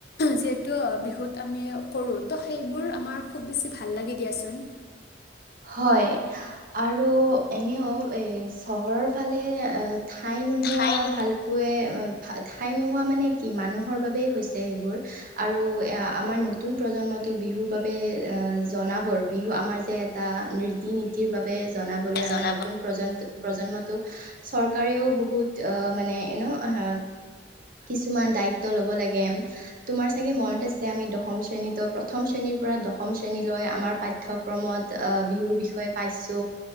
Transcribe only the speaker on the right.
হয় আৰু এনেও এ চহৰৰ ফালে ঠাই নোহোৱা
ভালকৈ। ঠাই নোহোৱা মানে কি মানুহৰ বাবেই হৈছে সেইবোৰ আৰু এ আমাৰ নতুন প্ৰজন্ম বিহুৰ বাবে অ' জনাবৰ বিহু আমাৰ যে এটা ৰীতি-নীতিৰ বাবে জনাবলৈ আমাৰ
নতুন প্ৰজন্ম প্ৰজন্ম। ত চৰকাৰেও বহুত অহ মানে এনেও আহ। কিছুমান দায়িত্ব লব লাগে তুমাৰ চাগে মনত আছে আমি দশম শ্ৰেণীতো প্ৰথম শ্ৰেণীৰ পৰা দশম শ্ৰেণীলৈ আমাৰ পাঠ্যক্ৰমত। বিহুৰ বিষয়ে পাইছো